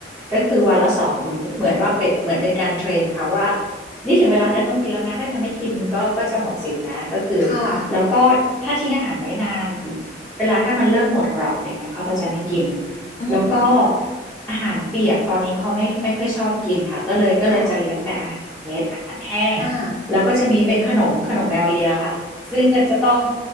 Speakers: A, in the centre; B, on the left.
A: ก็คือวันละสองมื้อเหมือนว่าเป็นเหมือนเป็นการเทรนเขาว่านี่ถึงเวลาเธอต้องกินแล้วนะถ้าเธอไม่กินก็ก็จะหมดสิทธินะก็คือ
B: ค่ะ
A: แล้วก็ถ้าทิ้งอาหารไว้นานเวลาถ้ามันเริ่มหมดกรอบอะไรเงี้ยเขาก็จะไม่กิน
B: อืม
A: แล้วก็อาหารเปียกตอนนี้เขาไม่ไม่ค่อยชอบกินค่ะก็เลยก็เลยจะเลี้ยงแต่อาหารเม็ดอาหารแห้ง
B: ค่ะอา
A: แล้วก็จะมีเป็นขนมขนมแมวเลียค่ะ ซึ่งเนี่ยจะต้อง